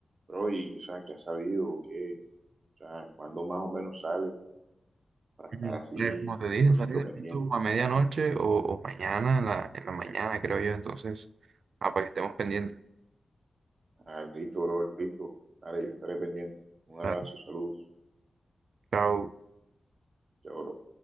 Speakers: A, on the right; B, on the right.
A: bro? Y, o sea, ¿qué has sabido? ¿O ¿Qué? O sea, ¿cuándo más o menos sale para
B: Mm,
A: estar así
B: eh, Como
A: cien
B: te dije,
A: por
B: sale
A: ciento
B: de
A: pendiente?
B: pronto a medianoche o, o mañana, en la, en la mañana, creo yo. Entonces, ah, para que estemos pendientes.
A: Ah, listo, bro, listo. Dale, yo estaré pendiente. Un
B: Dale.
A: abrazo, saludos.
B: Chao.
A: Chao, bro.